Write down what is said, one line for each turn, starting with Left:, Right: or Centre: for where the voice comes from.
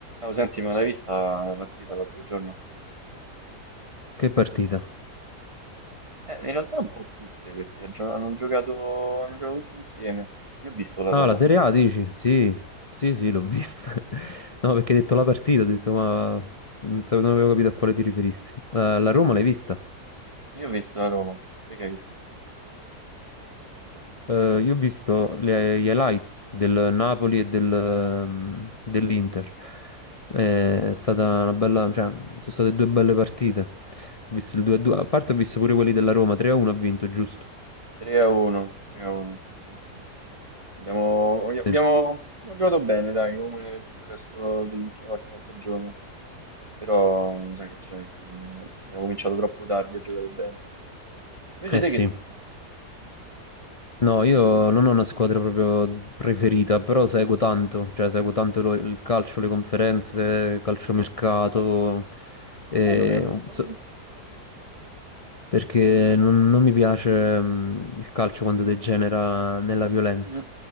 Right: Oh, senti, ma l'hai vista la partita l'altro giorno?
Left: Che partita?
Right: Eh, in realtà un po' tutte, perché gio- hanno giocato, hanno giocato tutti insieme. Io ho visto la
Left: Ah,
Right: Roma,
Left: la
Right: ovviamente.
Left: Serie A dici? Sì, sì, sì, l'ho vista. <laughs> No, perché hai detto la partita, ho detto, ma non sapevo- non avevo capito a quale ti riferissi. La, la Roma l'hai vista?
Right: Io ho visto la Roma. Te che hai visto?
Left: Eh, io ho visto le- gli highlights del Napoli e del, ehm, dell'Inter. Eh, È stata una bella, cioè, sono state due belle partite.
Right: Mm-mm.
Left: Ho visto il 2-2, a due, a parte ho visto pure quelli della Roma, 3-1 ha vinto, giusto?
Right: 3 a 1, 3 a 1. Sì, sì. Abbiamo, abbiamo,
Left: Sì.
Right: abbiamo giocato bene, dai, come tutto il resto dell'ultima parte della stagione. Però, sai che c'è, che abbiamo cominciato troppo tardi a giocare bene. Invece
Left: Eh
Right: te
Left: sì,
Right: che tifi?
Left: No, io non ho una squadra proprio preferita, però seguo tanto, cioè seguo tanto lo- il calcio, le conferenze, calciomercato,
Right: E Come
Left: e,
Right: mai non è una squadra?
Left: so- perché non, non mi piace mh, il calcio quando degenera nella violenza.
Right: Mm.